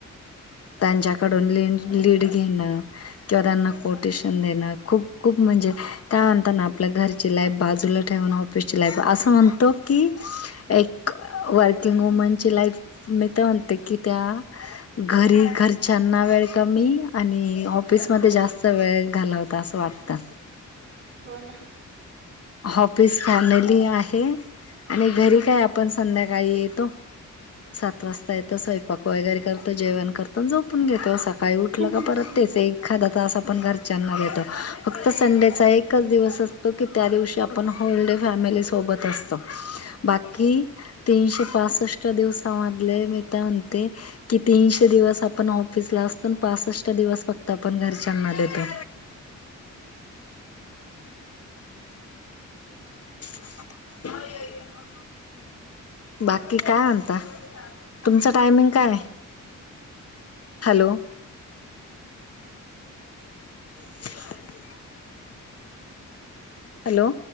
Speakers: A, on the left (about 50°); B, on the right (about 40°).
A: त्यांच्याकडून लि लीड घेणं. किंवा त्यांना कोटेशन देणं खूप खूप म्हणजे? त्यानंतर ना आपल्या घरची लाईफ बाजूला ठेवून ऑफिसची लाईफ असं म्हणतो की? एक वर्किंग
B: हम्म
A: वुमनची लाईफ मी तर म्हणते की त्या घरी घरच्यांना वेळ कमी आणि ऑफिसमध्ये जास्त वेळ घालवता असं वाटतं?
B: हो ना.
A: ऑफिस फॅमिली आहे. आणि घरी
B: हम्म
A: काय आपण संध्याकाळी येतो. सात वाजता येतो स्वैपाक वगैरे करतं जेवण करतं जोपून घेतो सका काही उठलं
B: हो
A: का परत तेच एक खा अस आपण घरच्यांना देतो फक्त संडेचा एकच दिवस असतो की त्या दिवशी आपण ओन्ली फॅमिली सोबत असतो. बाकी तीनशे पासष्ट दिवसामधले मी तर म्हणते. कि तीनशे दिवस आपण ऑफिस ला असतो पासष्ट दिवस फक्त आपण घरच्यांना देतो. <unintelligible> बाकी काय म्हणता. तुमचं टायमिंग काय? हॅलो. <inaudible> हॅलो.